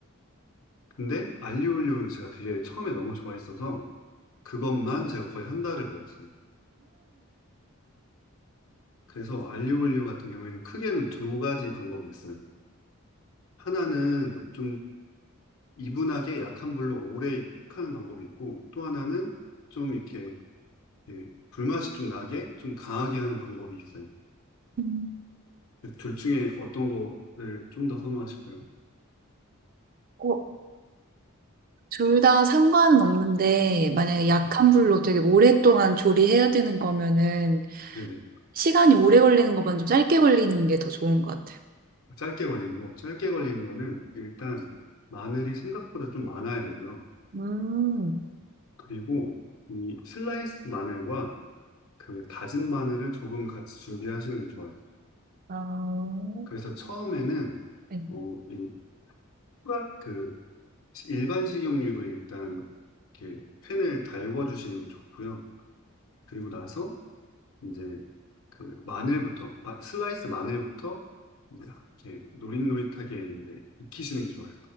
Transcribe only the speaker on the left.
근데 알리올리오를 제가 되게 처음에 너무 좋아했어서 그것만 제가 거의 한 달을 먹었어요. 그래서 알리올리오 같은 경우에는 크게는 두 가지 방법이 있어요. 하나는 좀 이분하게 약한 불로 오래 익하는 방법이 있고 또 하나는 좀 이렇게 예, 불맛이 좀 나게 좀 강하게 하는 방법이 있어요.
둘 중에 어떤 거를 좀 더 선호하실까요?
네,
네네.
짧게 걸리는 거. 짧게 걸리는 거는 일단 마늘이 생각보다 좀 많아야 되고요.
그리고 이 슬라이스 마늘과 그 다진 마늘을 조금 같이 준비하시는 게 좋아요.
그래서 처음에는
어, 이 후라 그 일반 식용유로 일단 이렇게 팬을 달궈 주시는 게 좋고요. 그리고 나서 이제 그 마늘부터 마- 슬라이스 마늘부터 이제 이렇게 노릇노릇하게 이제 익히시는 게 좋아요.